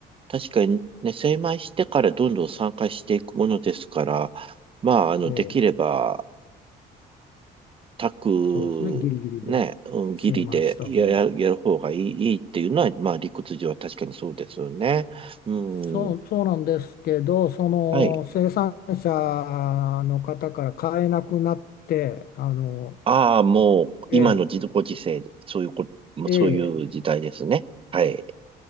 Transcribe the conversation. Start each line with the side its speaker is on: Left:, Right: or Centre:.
Right: 確かにね、精米してからどんどん酸化していくものですから、まあ、あの、
Left: ええ
Right: できれば、炊く、
Left: そうですねギリギリで
Right: ね、うん、義理でや、
Left: 精米した方が。
Right: や、やる方がいい、いいっていうのは、まあ、理屈上は確かにそうですよね。うん。
Left: そう、そうなんですけどその生産者の方から買えなくなってあの
Right: はい。ああ、もう、
Left: え
Right: 今の自ご時世で、そういうこ、もうそういう時代ですね。
Left: えええ
Right: はい。